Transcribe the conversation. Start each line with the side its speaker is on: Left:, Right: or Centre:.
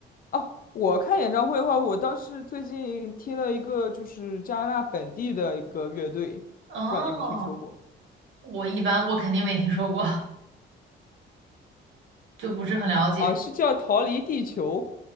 Left: 哦，我看演唱会的话，我倒是最近听了一个就是加拿大本地的一个乐队，不知道你有没有听说过？
Right: 哦，我一般我肯定没听说过，就不是很了解。
Left: 啊，是叫逃离地球，